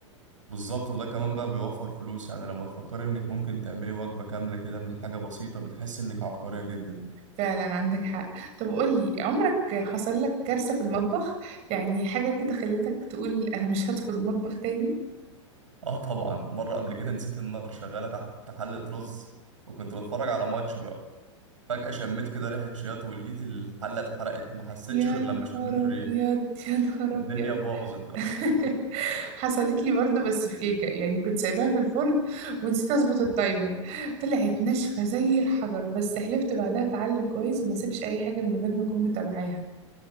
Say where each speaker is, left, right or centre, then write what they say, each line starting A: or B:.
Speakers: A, on the right (about 80°); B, on the right (about 40°).
A: بالظبط وده كمان بقى بيوفر فلوس يعني لما تفكر إنك ممكن تعملي وجبة كاملة كده من حاجة بسيطة بتحس إنك عبقرية جدا
B: فعلا عندك حق طب قولي عمرك حصل لك كارثة في المطبخ يعني حاجة كده خلتك تقول أنا مش هدخل المطبخ تاني
A: اه طبعا مرة قبل كده نسيت النار شغالة تحت حلة رز وكنت بتفرج على ماتش بقى فجأة شميت كده ريحة شياط ولقيت الحلة اتحرقت ما حسيتش
B: يا
A: غير لما شميت
B: نهار
A: الريحة
B: أبيض يا نهار
A: الدنيا
B: أبيض
A: باظت أوي
B: <laughs> حصلت لي برضه بس في كيكة يعني كنت سايباها في الفرن ونسيت أظبط التايمر طلعت ناشفة زي الحجر بس حلفت بعدها أتعلم كويس وما أسيبش أي حاجة من غير ما أكون متابعاها